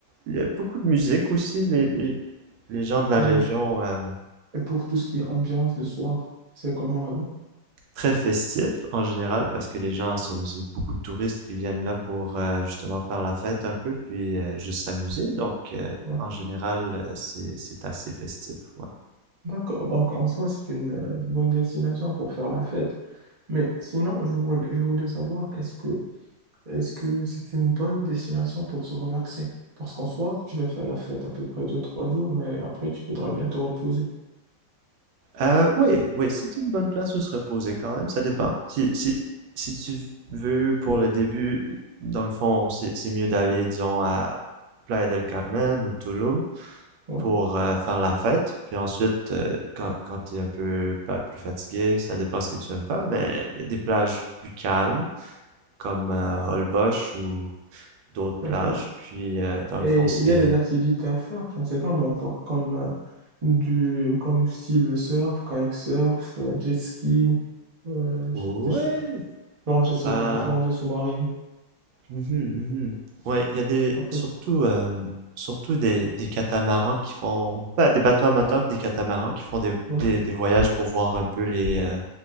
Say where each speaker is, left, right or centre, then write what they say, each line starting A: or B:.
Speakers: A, on the right; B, on the right.
A: Il y a beaucoup de musique aussi. Les, les, les gens de la
B: Et,
A: région, euh,
B: et pour tout ce qui est ambiance le soir, c'est comment là-bas?
A: très festifs en général, parce que les gens, c'est c'est beaucoup de touristes qui viennent là pour euh, justement faire la fête un peu, puis euh, juste s'amuser. Donc euh,
B: Ouais.
A: en général, euh, c'est, c'est assez festif. Ouais.
B: D'accord. Donc, en soi, c'est une euh, bonne destination pour faire la fête. Mais sinon, je voulais, je voulais savoir, est-ce que, est-ce que c'est une bonne destination pour se relaxer? Parce qu'en soi, tu vas faire la fête à peu près deux, trois jours, mais après, tu voudrais bien te reposer.
A: Euh, oui, oui, c'est une bonne place où se reposer quand même, ça dépend. Si, si, si tu veux, pour le début, dans le fond, c'est c'est mieux d'aller, disons, à Playa del Carmen ou Tulum
B: Ouais,
A: pour euh, faire la fête. Puis ensuite, euh, quand, quand t'es un peu bah, plus fatigué, ça dépend ce que tu aimes faire, mais il y a des plages plus calmes, comme euh, Holbox ou d'autres
B: d'accord.
A: plages. Puis, euh, dans
B: Et
A: le fond, c'est...
B: il y a des activités à faire, je ne sais pas moi, par- comme, euh, du, comme style surf, kayak surf, euh, jet ski, euh,
A: Ouais!
B: je- je- plongée sous-
A: Euh,
B: plongée sous-marine.
A: Mhm, mhm. Ouais, il y a des
B: On peut-
A: surtout euh, surtout des, des catamarans qui font bah, des bateaux à moteur puis des catamarans qui font des,
B: Ouais,
A: des, des voyages pour voir un peu les euh,